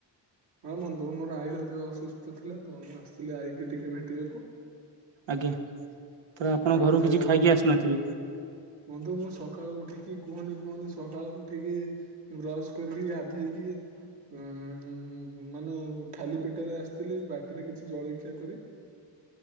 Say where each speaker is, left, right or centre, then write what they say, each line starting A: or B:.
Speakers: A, on the right; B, on the right.
A: ହଁ ବନ୍ଧୁ ମୋର ଆଈ ର ଦେହ ଅସୁସ୍ଥ ଥିଲା ତ, ମୁଁ ଆସିଥିଲି ଆଈକି ଟିକେ ଭେଟିବାକୁ।
B: ଆଜ୍ଞା। ତାହେଲେ ଆପଣ
A: ତାପରେ
B: ଘରକୁ କିଛି
A: ଆଉ
B: ଖାଇକି ଆସିନଥିବେ
A: ବନ୍ଧୁ ମୁଁ ସକାଳୁ ଉଠିକି କୁହନି-କୁହନି ସକାଳୁ ଉଠିକି ବ୍ରଶ୍ କରିକି ଗାଧେଇକି ଉଁ ମାନେ ଖାଲି ପେଟରେ ଆସିଥିଲି, ବାଟିରେ କିଛି ଜଳଖିଆ କରି